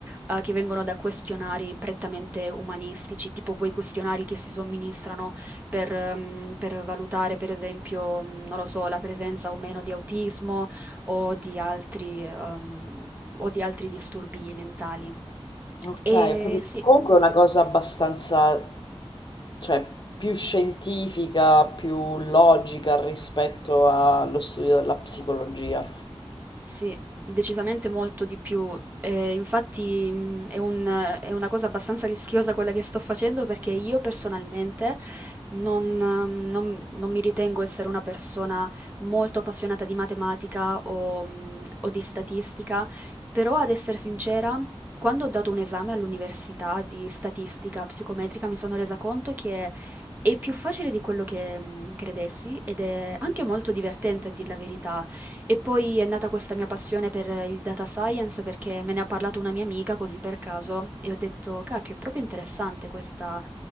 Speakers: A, on the right; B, on the left.
A: eh, che vengono da questionari prettamente umanistici, tipo quei questionari che si somministrano per, ehm, per valutare, per esempio, mh, non lo so, la presenza o meno di autismo o di altri, ehm, o di altri disturbi mentali.
B: ok,
A: E
B: ho capito.
A: sì.
B: Comunque è una cosa abbastanza Cioè più scientifica, più logica rispetto allo studio della psicologia.
A: Sì, decisamente molto di più. Eh, infatti mh, è un- è una cosa abbastanza rischiosa quella che sto facendo perché io personalmente non, ehm, non- non mi ritengo essere una persona molto appassionata di matematica o, mh, o di statistica, però ad essere sincera, quando ho dato un esame all'università di statistica psicometrica mi sono resa conto che è più facile di quello che mh, credessi ed è anche molto divertente a dir la verità. E poi è nata questa mia passione per il data science perché me ne ha parlato una mia amica così per caso e ho detto, cacchio, è proprio interessante questa,